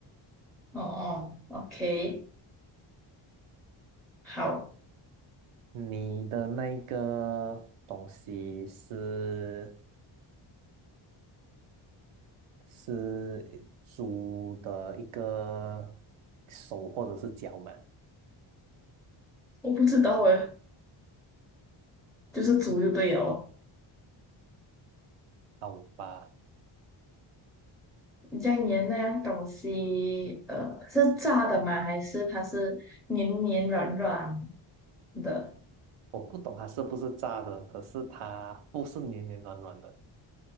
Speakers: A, in the centre; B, on the right.
A: 哦哦，OK，好，
B: 你的那个东西是是猪的一个手或者是脚嘛？
A: 我不知道诶，就是煮就对了哦。
B: 好吧，
A: 你这样粘那样东西，呃，是炸的吗？还是它是黏黏软软的？
B: 我不懂它是不是炸的，可是它不是黏黏软软的，